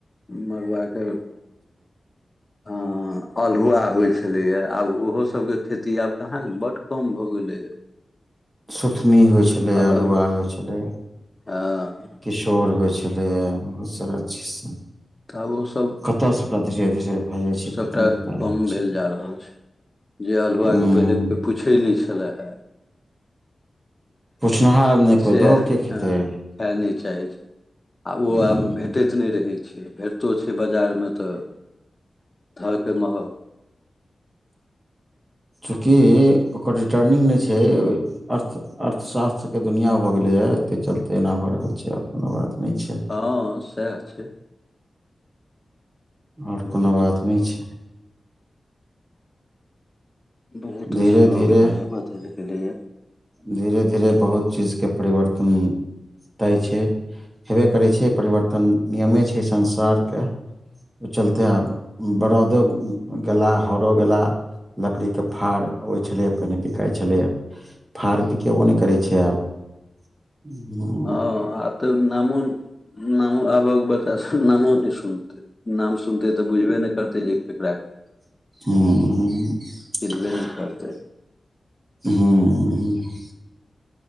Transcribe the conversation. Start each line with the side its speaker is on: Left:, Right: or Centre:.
Left: मड़ुआके दाम अल्हुआ होइ छलैया आब ओहो सबके खेती आब कहाँक बड कम भ गेलैय
Right: सुथनी होइ छलै
Left: आब
Right: अलहुआ
Left: अल्हु
Right: होइ छलैह
Left: हँ
Right: किशोर होइ छलैए बहुत सारा चीज सब
Left: तब ओसभ
Right: कतऽ सबटा धीरे धीरे भए जाइ छै
Left: सबटा
Right: खतम भी भए रहल
Left: कम भेल
Right: छै
Left: जा रहल छैय। जे अल्हुआके
Right: हूँ
Left: पहिले कोइ पूछै नैय छलाह हं
Right: पुछनिहार
Left: <inaudible>
Right: नहि कोइ
Left: सैह
Right: दहो के खेतै
Left: हं खाए नये चाहै छैय आ ओ
Right: उम्म
Left: आब भेटैत नहि रहैत भेटितो छैय बजारमे तऽ धऽ क महग
Right: चूँकि ओकर रिटर्निंग नहि छैए अर्थ, अर्थशास्त्रके दुनिआँ भऽ गेलैए एकै चलते एना भऽ रहल छैय आओर कोनो बात नयै छैय
Left: ह सेए छै
Right: और
Left: बहुत
Right: कोनो बात नहि छै
Left: बहुत अच्छी
Right: धीरे
Left: भए
Right: धीरे
Left: गेले या बदल गेले या
Right: धीरे धीरे बहुत चीजके परिवर्तन तय छै हेबे करै छै परिवर्तन नियमे छै संसारकें ओ चलते आब बड़ौदो गेला हरो गेला लकड़ी के फार अबै छलै पहिने बिकाइ छलै य फार बिकेबो नहि करै छै आब हं म्मम
Left: हँ आब तऽ नामो नामो आबक बच्चा सभ नामो नहि सुनते नाम सुनते तऽ बुझबै ने करते जे केकरा के
Right: हम्म- हु
Left: चिन्हबे नहि करतै
Right: हु हु